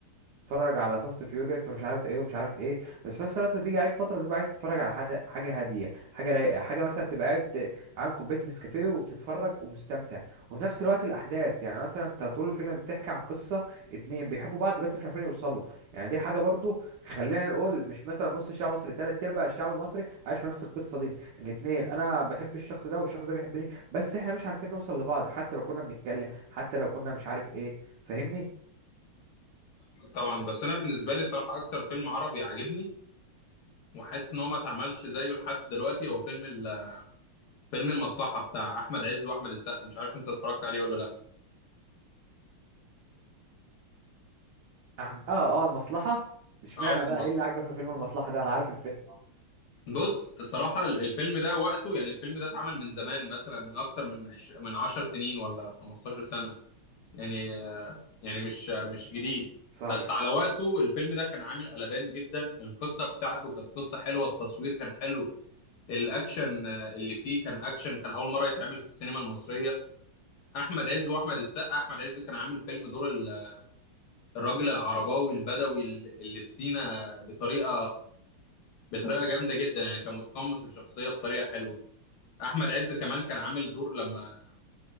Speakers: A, on the right; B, on the left.
A: تتفرج على فاست فيوريوس ومش عارف ايه ومش عارف ايه بس في نفس الوقت بيجي عليك فتره بتبقى عايز تتفرج على حاجه حاجه هاديه حاجه رايقه حاجه مثلا تبقى قاعد عامل كوبايه نسكافيه وبتتفرج ومستمتع وفي نفس الوقت الاحداث يعني مثلا انت طول الفيلم بتحكي عن قصه اتنين بيحبوا بعض بس مش عارفين يوصلوا يعني دي حاجه برضو خلينا نقول مش مثلا نص الشعب المصري تلات ارباع الشعب المصري عايش في نفس القصه دي الاتنين انا بحب الشخص ده والشخص ده بيحبني بس احنا مش عارفين نوصل لبعض حتى لو كنا بنتكلم حتى لو كنا مش عارف ايه فاهمني
B: طبعا بس انا بالنسبه لي صراحه اكتر فيلم عربي عاجبني وحاسس ان هو ما اتعملش زيه لحد دلوقتي هو فيلم ال- فيلم المصلحه بتاع احمد عز واحمد السقا مش عارف انت اتفرجت عليه ولا لا
A: احمد اه اه المصلحه اشمعنى
B: اه
A: بقى
B: المصلحه
A: ايه اللي عاجبك في فيلم المصلحه ده انا عارف الفيلم آه،
B: بص الصراحه ال- الفيلم ده وقته يعني الفيلم ده اتعمل من زمان مثلا من اكتر من عش... من 10 سنين ولا 15 سنه يعني آه، يعني مش مش جديد
A: صح
B: بس على وقته الفيلم ده كان عامل قلبان جدا القصة بتاعته كانت قصة حلوة التصوير كان حلو الأكشن آه، اللي فيه كان أكشن كان أول مرة يتعمل في السينما المصرية أحمد عز وأحمد السقا أحمد عز كان عامل فيلم دور ال- الراجل العرباوي البدوي اللي في سينا بطريقة بطريقة جامدة جدا يعني كان متقمص الشخصية بطريقة حلوة أحمد عز كمان كان عامل دور لما